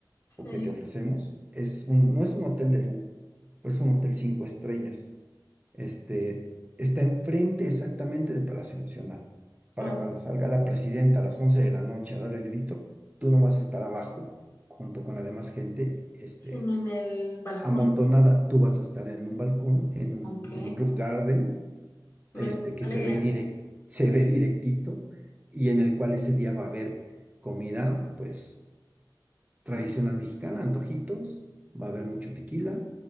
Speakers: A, on the left; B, on the right.
A: Sí.
B: o que te ofrecemos es un, no es un hotel de lujo, pero es un hotel cinco estrellas este, está enfrente exactamente de Palacio Nacional. Para
A: Ok.
B: cuando salga la presidenta a las 11 de la noche a dar el grito, tú no vas a estar abajo junto con la demás gente, este,
A: Sino en el balcón.
B: amontonada. Tú vas a estar en un balcón, en un,
A: Ok.
B: en un roof garden,
A: Me
B: este,
A: gusta
B: que
A: la
B: se
A: idea.
B: ve direct, se ve directito y en el cual ese día va a haber comida, pues tradicional mexicana, antojitos, va a haber mucho tequila,